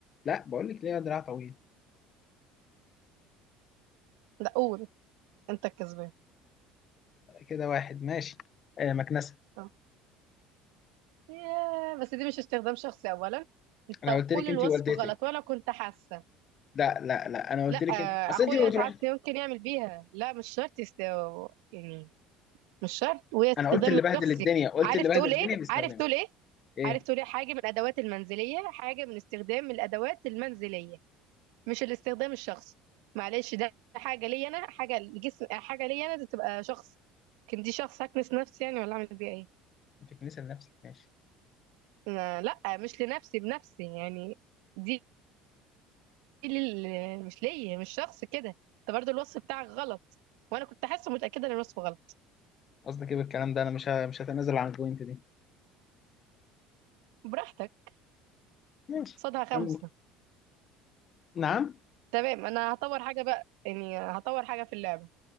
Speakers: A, on the left; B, on the right.
A: لا بقول لك ليها دراع طويل
B: لا قول انت الكسبان
A: كده واحد ماشي آه مكنسة
B: آه. ياه، بس دي مش استخدام شخصي اولا انت
A: انا قلت
B: كل
A: لك
B: الوصف
A: انت ووالدتك
B: غلط وانا كنت حاسه
A: لا لا لا انا
B: لا
A: قلت لك
B: آه،
A: إن- اصل
B: اخويا
A: انت ما بتروح
B: ساعات ممكن يعمل بيها لا مش شرط يست... يعني مش شرط وهي استخدام
A: انا قلت اللي بهدل
B: الشخصي
A: الدنيا قلت
B: عارف
A: اللي
B: تقول
A: بهدل الدنيا
B: ايه
A: بيستخدمه
B: عارف تقول ايه
A: ايه
B: عارف تقول ايه حاجه من الادوات المنزليه حاجه من استخدام الادوات المنزليه مش الاستخدام الشخصي معلش ده حاجه ليا انا حاجه لجسم حاجه ليا انا دي تبقى شخص لكن دي شخص هكنس نفسي يعني ولا اعمل بيها ايه
A: انت كنيسة لنفسك ماشي
B: أنا- لا مش لنفسي بنفسي يعني دي لل... مش ليا مش شخص كده انت برضه الوصف بتاعك غلط وانا كنت حاسه متاكده ان الوصف غلط
A: قصدك ايه بالكلام ده انا مش ه... مش هتنازل عن البوينت دي
B: براحتك
A: ماشي
B: صدها خمسة
A: كمل نعم
B: تمام انا هطور حاجة بقى يعني هطور حاجة في اللعبة